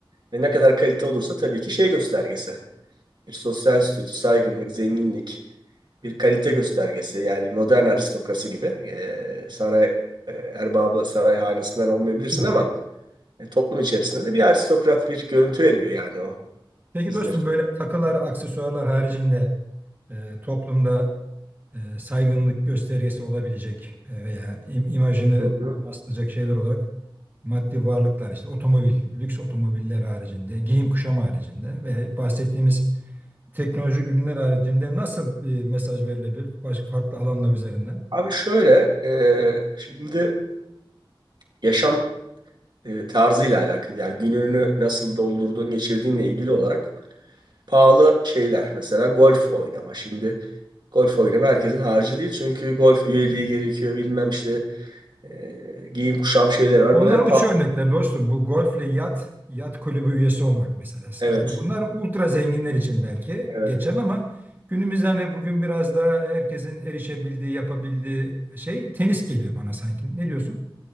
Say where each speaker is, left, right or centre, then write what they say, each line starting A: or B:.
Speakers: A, on the right; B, on the right.
A: ve ne kadar kalite olursa tabii ki şey göstergesi. Bir sosyal statü, saygınlık, zenginlik, bir kalite göstergesi. Yani modern aristokrasi gibi eee, saray eee, erbabı saray hanesinden olmayabilirsin
B: <laughs>
A: ama e, toplum içerisinde de bir aristokrat bir görüntü veriyor yani o
B: Peki
A: bizler
B: dostum böyle takılar, aksesuarlar haricinde e, toplumda e, saygınlık göstergesi olabilecek e, veya im- imajını
A: için.
B: yansıtacak şeyler olarak maddi varlıklar işte otomobil, lüks otomobiller haricinde, giyim kuşam haricinde veya bahsettiğimiz teknolojik ürünler haricinde nasıl bir mesaj verilebilir başka farklı alanlar üzerinden?
A: Abi şöyle, e, şimdi yaşam e, tarzıyla alakalı yani gününü nasıl doldurduğun, geçirdiğinle ilgili olarak pahalı şeyler. Mesela golf oynama. Şimdi golf oynama herkesin harcı değil çünkü golf üyeliği gerekiyor bilmem işte e, giyim kuşam şeyler var.
B: Onlar
A: Bunları
B: uç
A: pahalı.
B: örnekler dostum. Bu golfle yat, yat kulübü üyesi olmak mesela.
A: Evet,
B: Böyle bunlar ultra zenginler için belki
A: evet.
B: geçerli ama günümüzde hani bugün biraz daha herkesin erişebildiği, yapabildiği şey tenis geliyor bana sanki. Ne diyorsun?